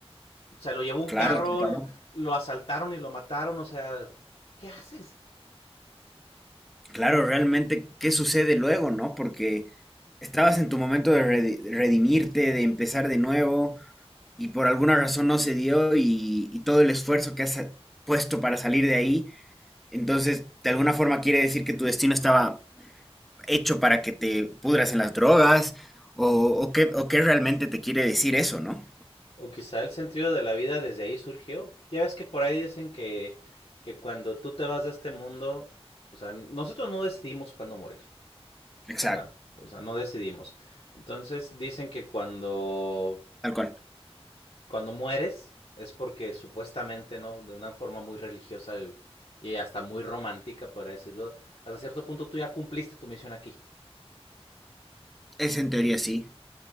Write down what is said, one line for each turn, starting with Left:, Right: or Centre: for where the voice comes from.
Left: O sea, lo llevó un
Centre: Claro,
Left: carro,
Centre: se acabó.
Left: lo asaltaron y lo mataron, o sea, ¿qué haces?
Centre: Claro, realmente, ¿qué sucede luego, no? Porque estabas en tu momento de redi- redimirte, de empezar de nuevo y por alguna razón no se dio y, y todo el esfuerzo que has eh, puesto para salir de ahí, entonces de alguna forma quiere decir que tu destino estaba hecho para que te pudras en las drogas o, o qué, o qué realmente te quiere decir eso, ¿no?
Left: O quizá el sentido de la vida desde ahí surgió. Ya ves que por ahí dicen que, que cuando tú te vas de este mundo, o sea, nosotros no decidimos cuándo morir,
Centre: Exacto,
Left: ¿verdad? O sea, no decidimos. Entonces dicen que cuando,
Centre: tal cual.
Left: cuando mueres es porque supuestamente, ¿no? De una forma muy religiosa y, y hasta muy romántica, podría decirlo, hasta cierto punto tú ya cumpliste tu misión aquí,
Centre: Es en teoría sí.